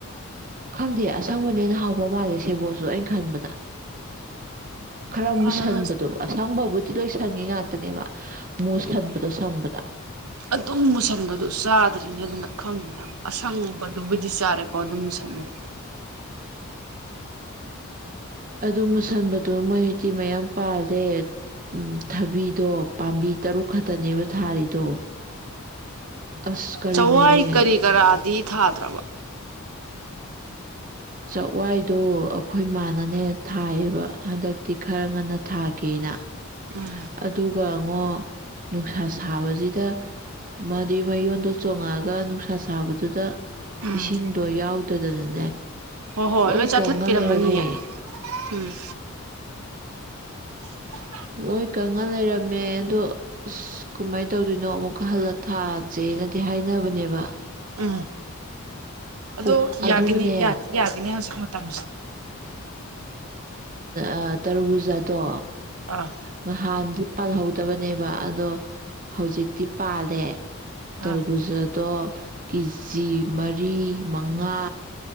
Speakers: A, on the right; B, on the right.
A: ꯈꯪꯗꯦ ꯑꯁꯪꯕꯅ ꯍꯦꯟꯅ ꯍꯥꯎꯕ ꯃꯥꯜꯂꯦ ꯁꯦꯕꯣꯠꯁꯨ ꯑꯩꯅ ꯈꯟꯕꯗ ꯈꯔ ꯃꯨꯁꯟꯕꯗꯣ
B: ꯑꯁ
A: ꯑꯁꯡꯕꯕꯨꯗꯤ ꯂꯣꯏ ꯁꯪꯉꯤ ꯉꯥꯛꯇꯅꯦꯕ ꯃꯨꯁꯟꯕꯗꯣ ꯁꯪꯕꯗ
B: ꯑꯗꯨꯝ ꯃꯨꯁꯟꯕꯗꯨ ꯆꯥꯗ꯭ꯔꯤꯅꯦ ꯑꯗꯨꯅ ꯈꯪꯉꯤꯅ ꯑꯁꯪꯕꯗꯨꯕꯨꯗꯤ ꯆꯥꯔꯦꯀꯣ ꯑꯗꯨꯝ ꯃꯨꯁꯟꯕꯗꯣ
A: ꯑꯗꯨ ꯃꯨꯁꯟꯕꯗꯣ ꯃꯣꯏꯇꯤ ꯃꯌꯥꯝ ꯄꯥꯜꯂꯦ ꯊꯕꯤꯗꯣ ꯄꯥꯝꯕꯤ ꯇꯔꯨꯛ ꯈꯛꯇꯅꯦꯕ ꯊꯥꯔꯤꯗꯣ ꯑꯁ ꯀꯔꯤꯅꯣꯅꯦ
B: ꯆꯧꯋꯥꯏ ꯀꯔꯤ ꯀꯔꯥꯗꯤ ꯊꯥꯗꯔ꯭ꯕꯣ
A: ꯆꯥꯛꯋꯥꯏꯗꯣ ꯑꯩꯈꯣꯏꯃꯥꯅꯅꯦ ꯊꯥꯏꯌꯦꯕ ꯍꯟꯗꯛꯇꯤ ꯈꯔ ꯉꯟꯅ ꯊꯥ <unintelligible>
B: ꯎꯝ
A: ꯑꯗꯨꯒꯉꯣ ꯅꯨꯡꯁꯥ ꯁꯥꯕꯁꯤꯗ ꯃꯥꯗꯤ ꯃꯌꯣꯟꯗꯣ ꯆꯣꯡꯉꯛꯑꯒ ꯅꯨꯡꯁꯥ ꯊꯥꯕꯗꯨꯗ
B: ꯎꯝ
A: ꯏꯁꯤꯡꯗꯣ ꯌꯥꯎ ꯑꯗꯨꯗꯨꯅꯅꯦ
B: ꯍꯣꯏ ꯍꯣꯏ
A: ꯂꯣꯏ
B: ꯆꯥꯊꯠꯄꯤꯔꯝꯃꯅꯤꯌꯦ
A: ꯀꯪꯉ ꯂꯩꯔꯝꯃꯦ
B: ꯎꯝ <unintelligible>
A: ꯂꯣꯏ ꯀꯪꯉ ꯂꯩꯔꯝꯃꯦ ꯗꯣ ꯀꯃꯥꯏ ꯇꯧꯗꯣꯏꯅꯣ ꯑꯃꯨꯛꯀ ꯍꯜꯂ ꯊꯥꯥꯁꯦꯅꯗꯤ ꯍꯥꯏꯅꯕꯅꯦꯕ
B: ꯎꯝ ꯑꯗꯣ
A: ꯑꯣ ꯑꯗꯨꯒꯅꯦ
B: ꯌꯥꯒꯤꯅꯤ ꯌꯥꯗꯤ ꯌꯥꯒꯤꯅꯤ ꯍꯧꯖꯤꯛ ꯇꯝꯁꯤ
A: ꯑ ꯇꯔꯨꯕꯨꯖꯥꯗꯣ
B: ꯑꯥ
A: ꯉꯍꯥꯟ ꯄꯥꯜꯍꯧꯗꯕꯅꯦꯕ ꯑꯗꯣ ꯍꯧꯖꯤꯛꯇꯤ ꯄꯥꯜꯂꯦ ꯇꯔꯕꯨꯖꯥꯗꯣ
B: ꯑꯥ
A: ꯀꯦ ꯖꯤ ꯃꯔꯤ ꯃꯉꯥ